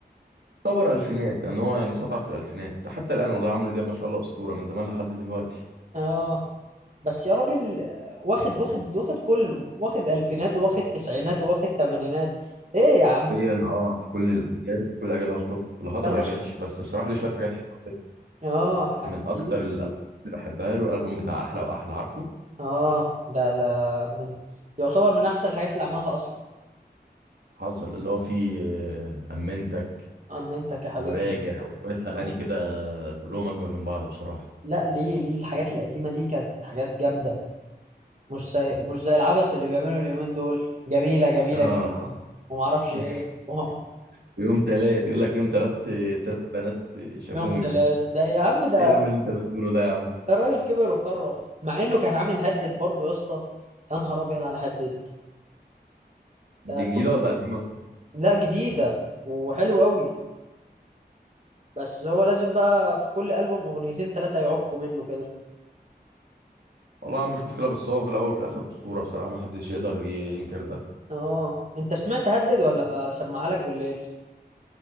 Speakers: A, on the right; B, on the right.
A: يعتبر الفينات لان هو يعني سطع في الالفينات حتى الان والله عمرو دياب ما شاء الله اسطوره من زمان لحد دلوقتي
B: اه بس يا راجل واخد واخد واخد كله واخد الفينات واخد تسعينات واخد تمانينات ايه يا عم
A: حرفياً، اه في كل الاجيال في كل الاجيال هو التوب الهضبه
B: ده مش
A: يا باشا بس بصراحه ليه شويه حاجات حلوه كده
B: اه
A: من
B: حاجات
A: اكتر
B: كتير
A: الالبوم اللي بحبها له الالبوم بتاع احلى واحلى عارفه
B: اه ده ده من يعتبر من احسن الحاجات اللي عملها اصلا
A: حاصل اللي هو فيه آه، امنتك
B: اما انت يا حبيبي
A: وراجع وشويه اغاني
B: آه.
A: كده كلهم اجمل من بعض بصراحه
B: لا ليه ليه الحاجات القديمه دي كانت حاجات جامده مش زي مش زي العبث اللي بيعملوا اليومين دول جميله جميله
A: اه
B: جميله وما اعرفش
A: <laughs>
B: ايه <laughs>
A: في يوم تلات يقول لك يوم تلات تلات بنات شافوني
B: يوم ثلاث ده يا عم ده
A: ايه يا عم اللي انت بتقوله ده يا عم
B: الراجل كبر وخرف مع انه كان عامل هدد برضه يا اسطى يا نهار ابيض على هدد
A: دي
B: ده
A: جديده ولا قديمه
B: لا جديده وحلو قوي بس هو لازم بقى في كل البوم اغنيتين ثلاثه يعقوا منه كده
A: والله يا عم مش مشكله بس هو في الاول وفي الاخر اسطوره بصراحه ما حدش يقدر ينكر ده
B: اه انت سمعت هدد ولا ابقى اسمعها لك بالليل